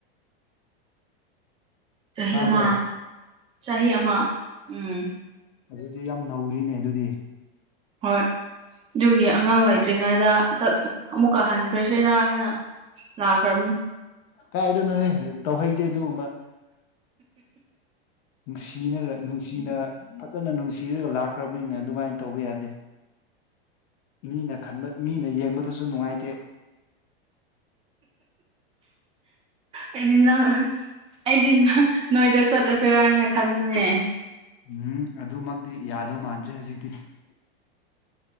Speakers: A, on the right; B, on the left.
A: ꯆꯍꯤ
B: ꯇꯥꯕ꯭ꯔꯣ
A: ꯑꯃ ꯆꯍꯤ ꯑꯃ ꯎꯝ
B: ꯑꯗꯨꯗꯤ ꯌꯥꯝ ꯅꯧꯔꯤꯅꯦ ꯑꯗꯨꯗꯤ
A: ꯍꯣꯏ ꯑꯗꯨꯒꯤ ꯑꯉꯥꯡ ꯂꯩꯇ꯭ꯔꯤꯉꯩꯗ ꯑꯃꯨꯛꯀꯥ ꯍꯟꯈ꯭ꯔꯁꯨ ꯆꯦꯔꯥ ꯍꯥꯏꯅ ꯂꯥꯛꯈ꯭ꯔꯕꯅꯤ
B: ꯀꯥꯏꯗꯅꯣꯍꯦ ꯇꯧꯍꯩꯗꯦ ꯑꯗꯨꯒꯨꯝꯕ ꯅꯨꯡꯁꯤꯅꯔ ꯅꯨꯡꯁꯤꯅ ꯐꯖꯅ ꯅꯨꯡꯁꯤꯔꯒ ꯂꯥꯛꯈ꯭ꯔꯕꯅꯤꯅ ꯑꯗꯨꯃꯥꯏꯅ ꯇꯧꯕ ꯌꯥꯗꯦ ꯃꯤꯅ ꯈꯟꯕ ꯃꯤꯅ ꯌꯦꯡꯕꯗꯁꯨ ꯅꯨꯡꯉꯥꯏꯇꯦ
A: ꯑꯩꯗꯤ ꯅꯪ ꯑꯩꯗꯤ ꯅꯣꯏꯗ ꯆꯠꯂꯁꯤꯔꯥ ꯍꯥꯏꯅ ꯈꯟꯕꯅꯦ
B: ꯎꯝ ꯑꯗꯨꯃꯛꯇꯤ ꯌꯥꯗꯧ ꯃꯥꯟꯗ꯭ꯔꯦ ꯍꯧꯖꯤꯛꯇꯤ